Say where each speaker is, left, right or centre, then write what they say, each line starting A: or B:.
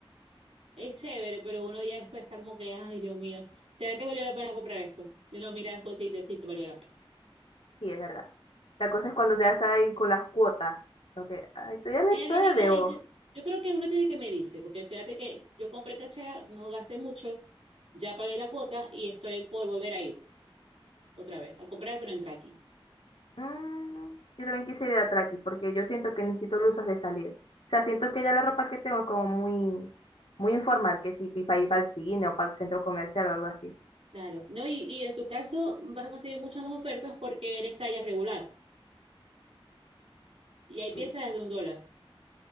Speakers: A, on the right (about 90°); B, on the left (about 75°).
A: Es chévere, pero uno día después está como que, ay, Dios mío, ¿será que valió la pena comprar esto? Y uno mira las cosas y dice, sí, se valió la pena.
B: Sí, es verdad. La cosa es cuando te está ahí con las cuotas. Lo que, ay, todavía,
A: En
B: le- todavía
A: realidad,
B: debo.
A: eh, yo, yo creo que uno tiene que medirse, porque fíjate que yo compré cachea, no gasté mucho, ya pagué la cuota y estoy por volver a ir otra vez, a comprar, pero entrar aquí.
B: Mm, yo también quise ir a Traki porque yo siento que necesito luces de salir. O sea, siento que ya la ropa que tengo es como muy, muy informal, que si para ir para el cine o para el centro comercial o algo así.
A: Claro, no, y, y en tu caso vas a conseguir muchas más ofertas porque eres talla regular y hay
B: Sí.
A: piezas desde un dólar.